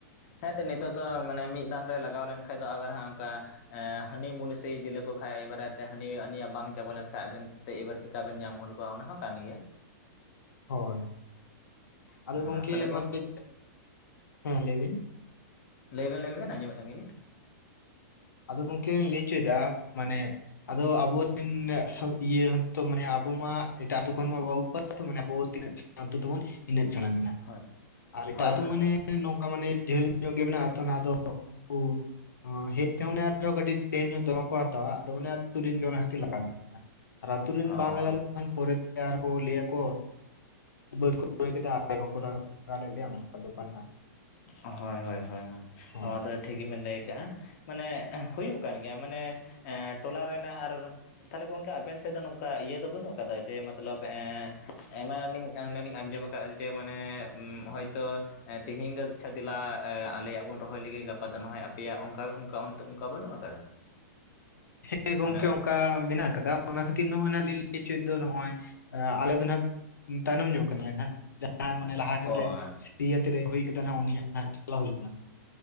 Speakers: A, on the left (about 45°); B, on the left (about 90°).
A: ᱦᱮᱸ ᱛᱚ ᱱᱤᱛᱳᱜ ᱫᱚ ᱢᱟᱱᱮ ᱢᱤᱫ ᱫᱟᱱ ᱨᱮ ᱞᱟᱜᱟᱣ ᱞᱮᱱ ᱠᱷᱟᱡ ᱫᱚ ᱟᱵᱟᱨ ᱦᱟᱸᱜ ᱚᱱᱠᱟ ᱦᱟᱹᱱᱤ ᱢᱩᱱᱤᱥᱮᱭ ᱤᱫᱤ ᱞᱮᱠᱚ ᱠᱷᱟᱡ ᱮᱭᱵᱟᱨᱮ ᱛᱮ ᱦᱟᱹᱱᱤ ᱦᱟᱱᱤᱭᱟᱜ ᱵᱟᱝ ᱪᱟᱵᱟ ᱞᱮᱱᱠᱷᱟᱡ ᱟᱵᱮᱱ ᱮᱵᱟᱨ ᱪᱤᱠᱟ ᱵᱮᱱ ᱧᱟᱢ ᱦᱚᱫ ᱠᱚᱣᱟ ᱚᱱᱟ ᱦᱚᱸ ᱠᱟᱱ ᱜᱮᱭᱟ
B: ᱦᱳᱭ ᱟᱫᱚ
A: ᱛᱟᱦᱚᱞᱮ
B: ᱜᱚᱝᱠᱮ
A: ᱜᱚᱝ
B: ᱢᱟᱱᱮ ᱦᱮᱸ ᱞᱟᱹᱭ ᱵᱤᱱ
A: ᱞᱟᱹᱭ ᱵᱮᱱ ᱞᱟᱹᱭ ᱵᱮᱱ ᱟᱸᱚᱢᱮᱫ ᱠᱟᱱ ᱜᱮᱭᱟᱞᱤᱧ᱾
B: ᱟᱫᱚ ᱜᱚᱢᱠᱮ ᱞᱤᱧ ᱞᱟᱹᱭ ᱦᱚᱪᱚᱭᱮᱫᱟ ᱢᱟᱱᱮ- ᱟᱫᱚ ᱟᱵᱚᱨᱮᱱ ᱤᱭᱟᱹ ᱦᱚᱸᱛᱚ ᱢᱟᱱᱮ ᱟᱵᱚ ᱢᱟ ᱮᱴᱟᱜ ᱟᱛᱳ ᱠᱷᱚᱱ ᱢᱟ ᱵᱟᱵᱚ ᱟᱹᱜᱩ ᱠᱚᱣᱟ ᱛᱚ ᱢᱟᱱᱮ ᱟᱵᱚ ᱛᱤᱱᱟᱹᱜ ᱟᱛᱳ ᱛᱟᱵᱚᱱ ᱤᱱᱟᱹᱜ ᱪᱷᱟᱬᱟ ᱢᱟᱱᱟ
A: ᱦᱳᱭ
B: ᱟᱨ ᱮᱴᱟᱜ
A: ᱦᱳᱭ
B: ᱟᱛᱳ
A: ᱦᱳᱭ
B: ᱢᱟᱱᱮ
A: ᱦᱳᱭ
B: ᱱᱚᱝᱠᱟ ᱢᱟᱱᱮ ᱡᱷᱟᱹᱞ ᱧᱚᱜ ᱜᱮ ᱢᱮᱱᱟᱜᱼᱟ ᱛᱚ ᱱᱟᱦᱟᱜ ᱟᱫᱚ ᱩᱱᱠᱩ ᱦᱮᱡ ᱚᱱᱮ ᱟᱨᱚ ᱠᱟᱹᱴᱤᱡ ᱰᱷᱮᱨ ᱧᱚᱜ ᱫᱚᱢᱮ ᱠᱟ ᱦᱟᱛᱟᱣᱟ ᱟᱫᱚ ᱟᱞᱮ ᱟᱛᱩ ᱨᱮᱱ ᱜᱮ ᱚᱱᱟ ᱠᱷᱟᱛᱤᱨ ᱞᱟᱜᱟᱣ ᱦᱩᱭᱩᱜ ᱠᱟᱱᱟ ᱟᱨ ᱟᱛᱳ ᱨᱮᱱ
A: ᱚ
B: ᱵᱟᱝ ᱞᱟᱜᱟᱣ ᱞᱮᱠᱚ ᱠᱷᱟᱱ ᱯᱚᱨᱮ ᱛᱮ ᱟᱨᱦᱚᱸᱠᱚ ᱞᱟᱹᱭ ᱟᱠᱚ ᱵᱟᱹᱫᱽ ᱠᱚᱯᱮ ᱨᱚᱦᱚᱭ ᱠᱮᱫᱟ ᱟᱞᱮ ᱵᱟᱠᱚ ᱞᱟᱜᱟᱣ ᱞᱮᱫ ᱞᱮᱭᱟ ᱚᱱᱮ ᱚᱱᱠᱟᱱ ᱵᱮᱯᱟᱨ ᱦᱟᱸᱜ
A: ᱦᱳᱭ ᱦᱳᱭ ᱦᱳᱭ
B: ᱦᱳᱭ
A: ᱱᱚᱣᱟ ᱫᱚ ᱴᱷᱤᱠ ᱜᱮᱵᱮᱱ ᱞᱟᱹᱭ ᱠᱟᱜᱼᱟ, ᱢᱟᱱᱮ ᱦᱩᱭᱩᱜ ᱠᱟᱱ ᱜᱮᱭᱟ ᱢᱟᱱᱮ ᱴᱚᱞᱟ ᱨᱮᱱᱟᱜ ᱟᱨ ᱛᱟᱦᱞᱮ ᱜᱚᱝᱠᱮ ᱟᱵᱮᱱ ᱥᱮᱫ ᱫᱚ ᱱᱚᱝᱠᱟ ᱤᱭᱟᱹ ᱫᱚ ᱵᱟᱹᱱᱩᱜ ᱟᱠᱟᱫᱟ ᱡᱮ ᱢᱚᱛᱞᱚᱵ ᱟᱭᱢᱟ ᱱᱟᱱᱤᱧ ᱚᱱᱮᱞᱤᱧ ᱟᱸᱡᱚᱢ ᱠᱟᱜᱼᱟ ᱡᱮ ᱢᱟᱱᱮ ᱦᱚᱭᱛᱳ ᱛᱮᱤᱦᱤᱧ ᱫᱚ ᱤᱪᱪᱷᱟ ᱫᱮᱞᱟ ᱟᱞᱮᱭᱟᱜ ᱵᱚᱱ ᱨᱚᱦᱚᱭ ᱞᱮ ᱜᱟᱯᱟ ᱫᱚ ᱱᱟᱦᱚᱭ ᱟᱯᱮᱭᱟᱜ ᱚᱱᱠᱟ ᱚᱱᱠᱟ ᱚᱱᱛᱮ ᱚᱱᱠᱟ ᱵᱟᱹᱱᱩᱜ ᱟᱠᱟᱫᱟ? <inaudible>
B: ᱦᱮᱸ ᱜᱚᱝᱠᱮ
A: ᱢᱟᱱᱮ
B: ᱚᱱᱠᱟ ᱢᱮᱱᱟᱜ ᱟᱠᱟᱫᱟ᱾ ᱚᱱᱟ ᱠᱷᱟᱹᱛᱤᱨ ᱱᱚᱜᱼᱚᱭ ᱱᱟᱜ ᱞᱤᱧ ᱞᱟᱹᱭ ᱦᱚᱪᱚᱭᱮᱫ ᱫᱚ ᱱᱚᱜᱼᱚᱭ ᱟᱞᱮ ᱫᱚ ᱱᱟᱦᱟᱜ ᱛᱟᱭᱱᱚᱢ ᱧᱚᱜᱚᱜ ᱠᱟᱱᱟᱞᱮ ᱱᱟᱦᱚᱜ᱾ ᱢᱟᱱᱮ ᱞᱟᱦᱟ ᱧᱚᱜᱨᱮ
A: ᱚ
B: ᱥᱤᱭᱟᱹᱛ ᱨᱮ ᱦᱩᱭ ᱠᱟᱛᱮ ᱱᱟᱦᱟᱜ ᱩᱱᱤᱭᱟᱜ ᱜᱷᱟᱡ ᱪᱟᱞᱟᱣ ᱦᱩᱭ ᱟᱠᱟᱱᱟ᱾